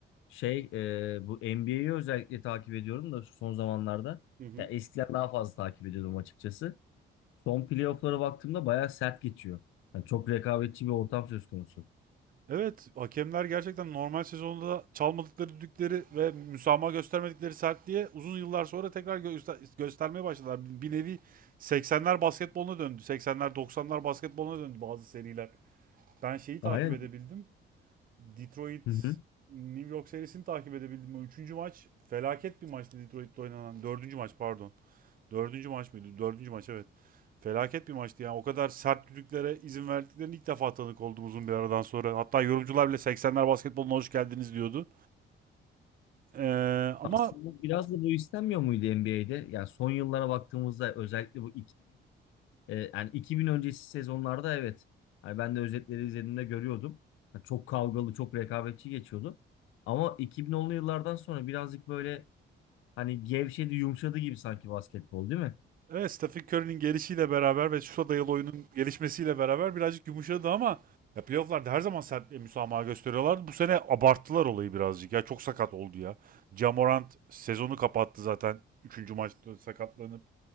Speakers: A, on the left (about 80°); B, on the right (about 45°).
A: Şey e, bu NBA'yi özellikle takip ediyorum da şu son zamanlarda.
B: hı hı.
A: Ya eskiden daha fazla takip ediyordum açıkçası. Son playoff'lara baktığımda bayağı sert geçiyor. Yani çok rekabetçi bir ortam söz konusu.
B: Evet, hakemler gerçekten normal sezonda çalmadıkları düdükleri ve müsamaha göstermedikleri sertliğe uzun yıllar sonra tekrar göster- göstermeye başladılar. Bir bir nevi 80'ler basketboluna döndü. 80'ler 90'lar basketboluna döndü bazı seriler. Ben şeyi takip
A: Aynen.
B: edebildim. Detroit
A: Hı hı.
B: New York serisini takip edebildim. O üçüncü maç felaket bir maçtı Detroit'te oynanan. Dördüncü maç pardon. Dördüncü maç mıydı? Dördüncü maç evet. Felaket bir maçtı yani. O kadar sert düdüklere izin verdiklerini ilk defa tanık oldum uzun bir aradan sonra. Hatta yorumcular bile 80'ler basketboluna hoş geldiniz diyordu. Ee, ama
A: Aslında biraz da bu istenmiyor muydu NBA'de? Yani son yıllara baktığımızda özellikle bu E, yani 2000 öncesi sezonlarda evet. Hani ben de özetleri izlediğimde görüyordum. Ya çok kavgalı, çok rekabetçi geçiyordu. Ama 2010'lu yıllardan sonra birazcık böyle hani gevşedi, yumuşadı gibi sanki basketbol değil mi?
B: Evet Stephen Curry'nin gelişiyle beraber ve şuta dayalı oyunun gelişmesiyle beraber birazcık yumuşadı ama ya playofflarda her zaman sertliğe müsamaha gösteriyorlardı. Bu sene abarttılar olayı birazcık ya. Çok sakat oldu ya. Jamorant sezonu kapattı zaten. Üçüncü maçta sakatlanıp.